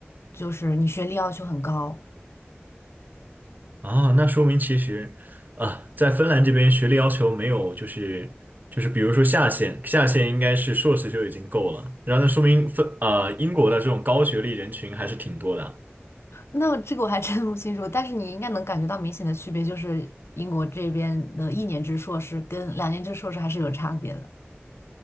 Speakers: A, on the left (about 85°); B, on the right (about 45°).
A: 就是你学历要求很高。
B: 啊，那说明其实啊，在芬兰这边学历要求没有就是就是比如说下限，下限应该是硕士就已经够了，然后那说明芬呃英国的这种高学历人群还是挺多的。
A: 那这个我还真不清楚，但是你应该能感觉到明显的区别，就是英国这边的一年制硕士跟两年制硕士还是有差别的。